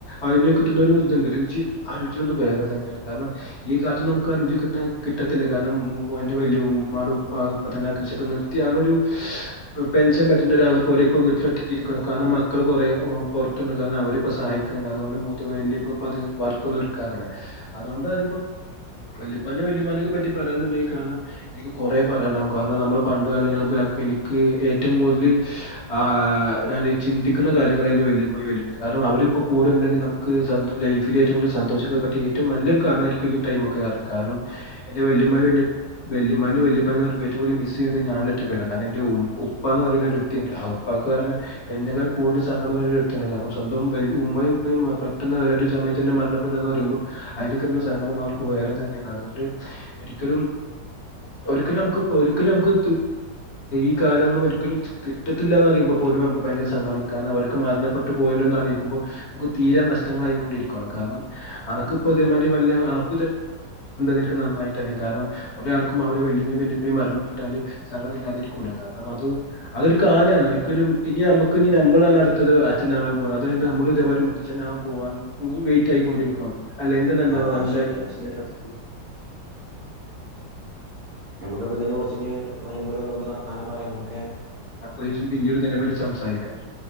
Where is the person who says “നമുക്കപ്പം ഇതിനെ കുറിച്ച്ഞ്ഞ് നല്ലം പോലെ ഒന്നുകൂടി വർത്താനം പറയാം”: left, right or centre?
Right